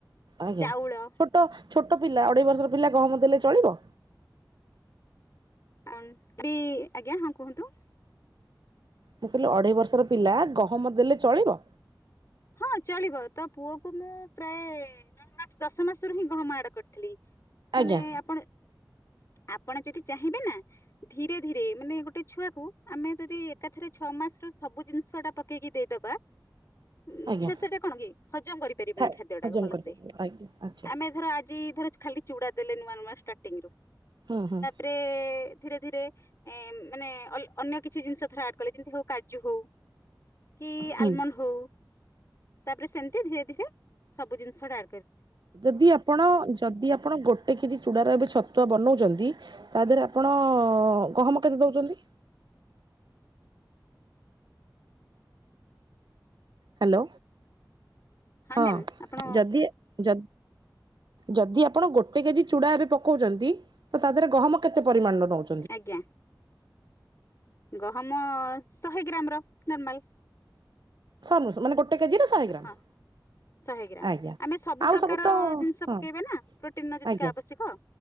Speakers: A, on the right (about 70°); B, on the left (about 40°).
A: ଆଜ୍ଞା।
B: ଚାଉଳ,
A: ଛୋଟ ଛୋଟ ପିଲା ଅଢେ଼ଇ ବର୍ଷର ପିଲା ଗହମ ଦେଲେ ଚଳିବ?
B: ଅଂଟି ଆଜ୍ଞା ହଁ କୁହନ୍ତୁ।
A: ମୁଁ କହିଲି ଅଢ଼େଇ ବର୍ଷର ପିଲା ଗହମ ଦେଲେ ଚଳିବ?
B: ହଁ ଚଳିବ। ତ ପୁଅକୁ ମୁଁ ପ୍ରାୟ ନ ମାସ ଦଶ ମାସରୁ ହିଁ ଗହମ ଆଡ଼ କରିଥିଲି।
A: ଆଜ୍ଞା
B: ମାନେ ଆପଣ ଆପଣ ଯଦି ଚାହିଁବେ ନା ଧୀରେ ଧୀରେ ମାନେ ଗୋଟେ ଛୁଆକୁ ଆମେ ଯଦି ଏକାଥରେ ଛଅ ମାସରୁ ସବୁ ଜିନିଷ ଟା ପକେଇକି ଦେଇଦବା ଉଁ
A: ଆଜ୍ଞା।
B: ଛୁଆ ସେ ଟା କଣ କି ହଜମ କରିପାରିବନି
A: ଖା
B: ଖାଦ୍ୟ
A: ହଜମ
B: ଟାକୁ ଭଲସେ।
A: କରିପାରିବେ ଆଜ୍ଞା ଆଚ୍ଛା
B: ଆମେ ଧର ଆଜି ଧର ଖାଲି ଚ଼ୁଡା ଦେଲେ ନୂଆ ନୂଆ ଷ୍ଟାର୍ଟିଂ ରୁ।
A: ହୁଁ ହୁଁ।
B: ରେ ଧୀରେ ଧୀରେ। ଏ ମାନେ ଅନ୍ୟ କିଛି ଜିନିଷ ଥର ଆଡ଼ କଲେ ଯେମିତି ହଉ କାଜୁ ହଉ। କି
A: ହୁଁ।
B: ଆଲମଣ୍ଡ ହଉ ତାପରେ ସେମିତି ଧୀରେ ଧୀରେ ସବୁ ଜିନିଷଟଡା
A: ଯଦି ଆପଣ ଯଦି ଆପଣ ଗୋଟେ ଏଟେ କିଛି ଚୂଡ଼ାର ଏବେ ଛତୁଆ ବନାଉଛନ୍ତି ତା ଦେହରେ ଆପଣ ଗହମ କେତେ ଦେଉଛନ୍ତି? ହ୍ୟାଲୋ ହଁ
B: ମ୍ୟାମ୍ ଆପଣ
A: ଯଦି ଯ ଯଦି ଆପଣ ଗୋଟେ କେଜି ଚୂଡା ଏବେ ପକଉଛନ୍ତି ତ ତା ଦେହରେ ଗହମ କେତେ ପରିମାଣ ର ନେଉ
B: ଆଜ୍ଞା। ଗହମ ଶହେ ଗ୍ରାମ ର ନର୍ମାଲ।
A: ସୁ ମାନ ଗୋେ କେଜି ନା ଶହେ ଗ୍ରାମ।
B: ହଁ ଶହେ ଗ୍ରାମ
A: ଆଜ୍ଞା
B: ଆମେ ସବୁ
A: ଆଉ
B: ପ୍ରକାର
A: ତ
B: ଜିନିଷ
A: ହଁ
B: ପକେଇବେ ନା ପ୍ରୋଟିନ ର ଯେତିକି
A: ଆଜ୍ଞା।
B: ଆବଶ୍ୟକ।